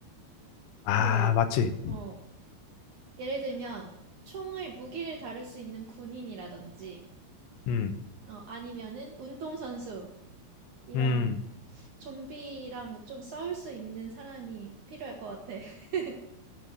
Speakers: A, on the left; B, on the right.
A: 아,
B: 그,
A: 맞지.
B: 어, 예를 들면, 총을, 무기를 다룰 수 있는 군인이라든지,
A: 음,
B: 어, 아니면은 운동선수, 이런
A: 음,
B: 좀비랑 좀 싸울 수 있는 사람이 필요할 것 같아. <laughs>